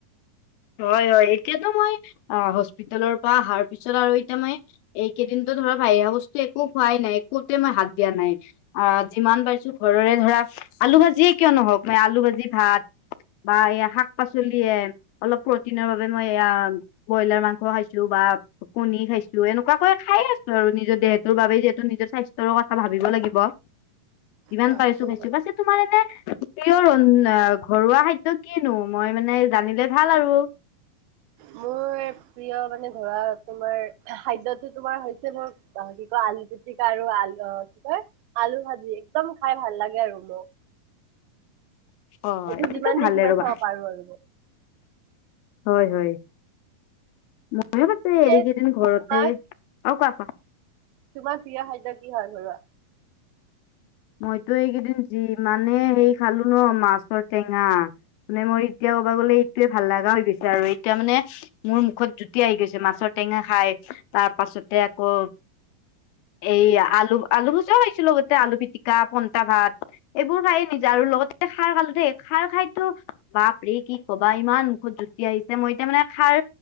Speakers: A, on the left; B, on the right.
A: হয় হয় এতিয়াতো মই অ হস্পিতালৰ পৰা অহাৰ পিছত আৰু এতিয়া মই এইকেইদিনতো ধৰা ভাইৰা বস্তু একো খোৱাই নাই একোতে মই হাত দিয়া নাই। অ যিমান পাৰিছো ঘৰৰে ধৰা আলু ভাজিয়ে কিয় নহওক মান আলু ভাজি ভাত। বা এইয়া শাক পাচলিয়ে। অলপ প্ৰটিনৰ বাবে মই এয়া ব্ৰইলাৰ মাংস খাইছো বা কণী খাইছো এনেকুৱাকৈ খাই আছো আৰু নিজৰ দেহটোৰ বাব যিহেতু নিজৰ স্বাস্থ্যৰ কথা ভাবিব লাগিব। যিমান
B: অ
A: পাইছো
B: সেইটো
A: বাইছো বাছেত তোমাৰ এনে প্ৰিয় ৰ ঘৰুৱা খাদ্য কিনো মই মানে জানিলে ভাল আৰু
B: মোৰ প্ৰিয় মানে ধৰা তোমাৰ খাদ্যটো তোমাৰ হৈছে মোৰ পাহৰি কয় আলু পিতিকা আৰু আলু কি কয় আলু ভাজি। একদম খাই ভাল লাগে আৰু মোক।
A: অ
B: এইটো
A: এইটোতো
B: যিমান
A: ভালে
B: দেই সিমান
A: ৰ'বা
B: খাব পাৰো আৰু মোক।
A: হয় হয়। ভয়ে পাছে
B: পিছে
A: এইকেইদিন ঘৰতে
B: তোমাৰ
A: আৰু কোৱা কোৱা?
B: তোমাৰ প্ৰিয় খাদ্য কি হয় ঘৰুৱা?
A: মইতো এইকেইদিন যিমানে হেৰি খালো ন মাছৰ টেঙা। মানে মই এতিয়াও ক'বা গ'লে এইটোয়ে ভাল লগা হৈ গৈছে আৰু এতিয়া মানে মোৰ মুখত জুতি আহি গৈছে মাছৰ টেঙা খাই তাৰ পাছতে আকৌ এইয়া আলু আলু ভুজা খাইছিলোঁ গতে আলু পিটিক- কা পন্টা ভাত এইবোৰ খায়ে নিজা আৰু লগতে খাৰ খালো দেই খাৰ খাইতো বাপৰে কি কবা ইমান মুখত জুতি আহিছে মই এতিয়া মানে খাৰ